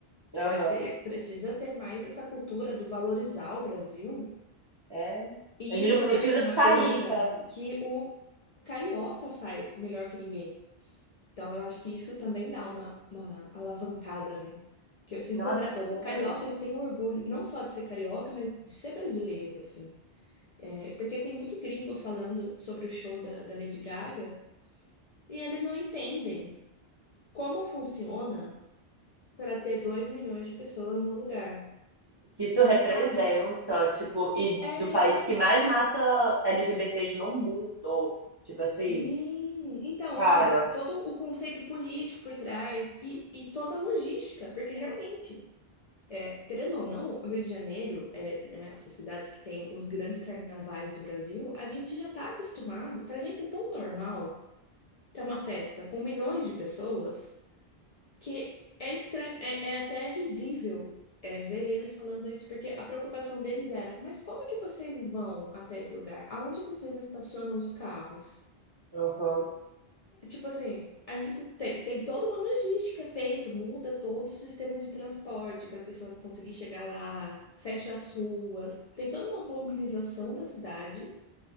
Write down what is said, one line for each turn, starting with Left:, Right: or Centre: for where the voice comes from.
Left: Eu
Right: Aham.
Left: acho que precisa ter mais essa cultura do valorizar o Brasil
Right: É.
Left: E
Right: A gente
Left: isso
Right: não precisa
Left: eu acho que é uma
Right: sair
Left: coisa
Right: pra.
Left: que o carioca faz melhor que ninguém. Então eu acho que isso também dá uma, uma alavancada, né? Que eu sinto
Right: Nossa,
Left: que o, bra-
Right: isso
Left: o
Right: é verdade.
Left: carioca ele tem um orgulho não só de ser carioca, mas de ser brasileiro, assim. É, porque tem muito gringo falando sobre o show da, da Lady Gaga e eles não entendem como funciona para ter 2 milhões de pessoas no lugar.
Right: Que isso representa,
Left: Ah, mas
Right: tipo, e
Left: é.
Right: do país que mais mata LGBTs no mundo. Tipo
Left: Sim,
Right: assim,
Left: então,
Right: cara.
Left: assim, todo o conceito político por trás e, e toda a logística, porque realmente, é, querendo ou não, o Rio de Janeiro, é, né, essas cidades que têm os grandes carnavais do Brasil, a gente já está acostumado, para a gente é tão normal ter uma festa com milhões de pessoas que é estranho, é, é até risível, é, ver eles falando isso, porque a preocupação deles era, mas como é que vocês vão até esse lugar? Aonde vocês estacionam os carros?
Right: Aham.
Left: Tipo assim, a gente tem, tem toda uma logística feita, muda todo o sistema de transporte para a pessoa conseguir chegar lá, fecha as ruas, tem toda uma mobilização da cidade